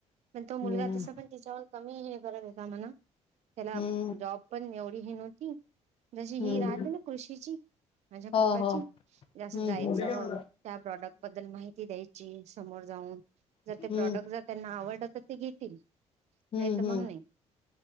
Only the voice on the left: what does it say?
हम्म
हम्म
हम्म
हो
हो हम्म
हम्म
हम्म
हम्म
हम्म